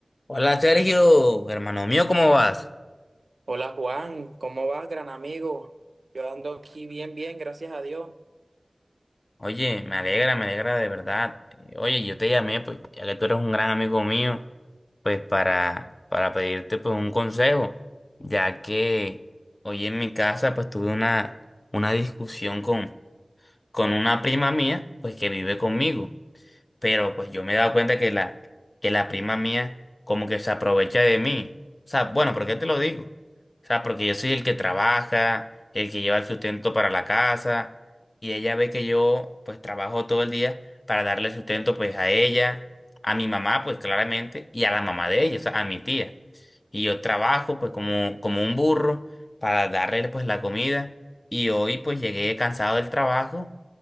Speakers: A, on the left; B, on the right.
A: Hola Sergio, hermano mío, ¿cómo vas?
B: Hola Juan, ¿cómo vas, gran amigo? Yo ando aquí bien, bien, gracias a Dios.
A: Oye, me alegra, me alegra de verdad. Eh, Oye, yo te llamé, pues, ya que tú eres un gran amigo mío, pues para, para pedirte pues un consejo, ya que hoy en mi casa pues tuve una, una discusión con, con una prima mía, pues que vive conmigo. pero pues yo me he dado cuenta que la, que la prima mía como que se aprovecha de mí. O sea, bueno, ¿por qué te lo digo? O sea, porque yo soy el que trabaja, el que lleva el sustento para la casa, y ella ve que yo pues trabajo todo el día para darle sustento pues a ella, a mi mamá pues claramente, y a la mamá de ella, o sea, a mi tía. Y yo trabajo pues como, como un burro para darle pues la comida. Y hoy pues llegué cansado del trabajo